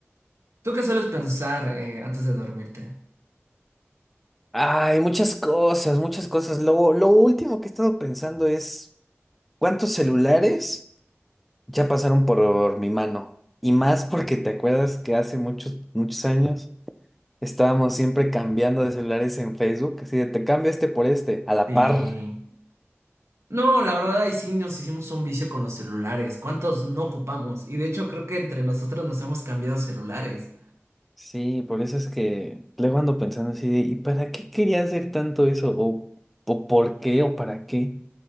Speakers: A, on the right; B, in the centre.
A: ¿Tú qué sueles pensar eh, antes de dormirte?
B: Ay, muchas cosas, muchas cosas. Lo, lo último que he estado pensando es cuántos celulares ya pasaron por mi mano. Y más porque te acuerdas que hace muchos, muchos años estábamos siempre cambiando de celulares en Facebook, así de te cambio este por este, a la
A: Sí.
B: par.
A: No, la verdad ahí sí nos hicimos un vicio con los celulares. ¿Cuántos no ocupamos? Y de hecho creo que entre nosotros nos hemos cambiado celulares.
B: Sí, por eso es que luego ando pensando así de, ¿y para qué quería hacer tanto eso? ¿O, o por qué? ¿O para qué?